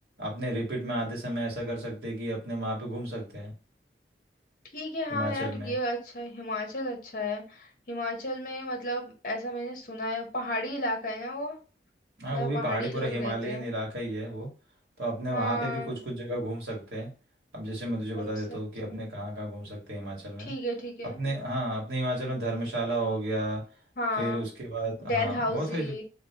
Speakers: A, on the right; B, on the left.
A: अपने रिपीट में आते समय ऐसा कर सकते हैं कि अपने वहाँ पे घूम सकते हैं
B: ठीक है हाँ
A: हिमाचल
B: यार
A: में
B: ये अच्छा है हिमाचल अच्छा है हिमाचल में मतलब ऐसा मैंने सुना है पहाड़ी इलाका है ना वो मतलब
A: हाँ वो भी
B: पहाड़ी
A: पहाड़ी पूरा
B: लोग
A: हिमालयन
B: रहते हैं
A: इलाका ही है वो तो अपने
B: हाँ
A: वहाँ पे भी कुछ कुछ जगह घूम सकते हैं अब जैसे मैं तुझे
B: घूम
A: बता देता
B: सकते
A: हूँ कि अपने
B: हैं
A: कहाँ कहाँ घूम सकते हैं हिमाचल में
B: ठीक है ठीक है
A: अपने हाँ अपने हिमाचल में धर्मशाला हो गया
B: हाँ
A: फिर उसके बाद हाँ
B: डलहौजी
A: बहुत सारी जो-